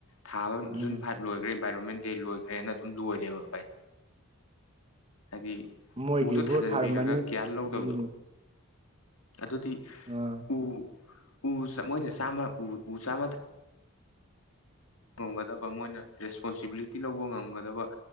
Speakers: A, on the left (about 75°); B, on the right (about 30°).
A: ꯊꯥꯕ
B: ꯎꯝ
A: ꯖꯨꯟ ꯐꯥꯏꯚ ꯂꯣꯏꯈ꯭ꯔꯦ ꯏꯟꯚꯥꯏꯔꯣꯟꯃꯦꯟ ꯗꯦ ꯂꯣꯏꯈ꯭ꯔꯦꯅ ꯑꯗꯨ ꯂꯣꯏꯔꯦꯕ ꯚꯥꯢ ꯍꯥꯏꯗꯤ
B: ꯃꯣꯏꯒꯤꯕꯨ
A: ꯎꯗꯣ ꯊꯥꯖꯟꯕꯤꯔꯒ
B: ꯊꯥꯔꯝꯃꯅꯤ
A: ꯀꯤꯌꯥꯔ ꯂꯧꯗꯕꯗꯣ
B: ꯑꯗꯨꯅꯤ
A: ꯑꯗꯨꯗꯤ
B: ꯑꯥ
A: ꯎ ꯎ ꯃꯣꯏꯅ ꯆꯥꯝꯃ ꯎ ꯎ ꯆꯥꯝꯃ ꯊ ꯉꯝꯒꯗꯕ ꯃꯣꯏꯅ ꯔꯦꯁꯄꯣꯟꯁꯤꯕꯤꯂꯤꯇꯤ ꯂꯧꯕ ꯉꯝꯒꯗꯕ